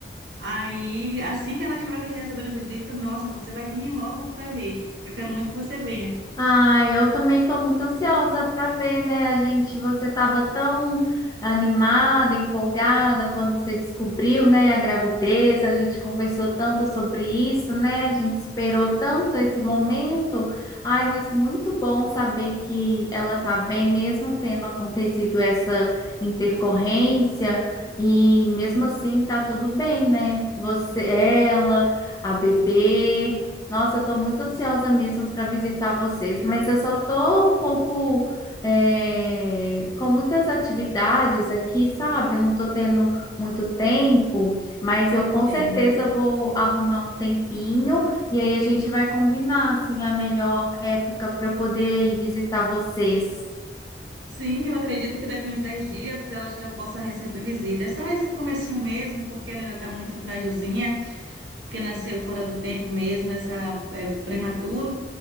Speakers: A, on the right; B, on the left.
A: Aí assim que ela estiver recebendo visita, nossa, você vai vir logo para ver. Eu quero muito que você venha.
B: Ai, eu também estou muito ansiosa para ver, né? A gente, você estava tão animada, empolgada quando você descobriu, né, a gravidez. A gente conversou tanto sobre isso, né? A gente esperou tanto esse momento. Ai, mas muito bom saber que ela está bem, mesmo tendo acontecido essa intercorrência. E mesmo assim, tá tudo bem, né? Você, ela, a bebê. Nossa, eu estou muito ansiosa mesmo para visitar vocês, mas eu só estou um pouco é, com muitas atividades aqui, sabe? Eu não estou tendo muito tempo, mas
A: Eu
B: eu
A: entendo.
B: com certeza vou arrumar um tempinho e aí a gente vai combinar assim a melhor época para eu poder ir visitar vocês.
A: Sim, eu acredito que daqui uns 10 dias ela já possa receber visita. É só esse comecinho mesmo, porque ela ainda está muito frágilzinha, porque nasceu fora do tempo mesmo, essa é, prematuro.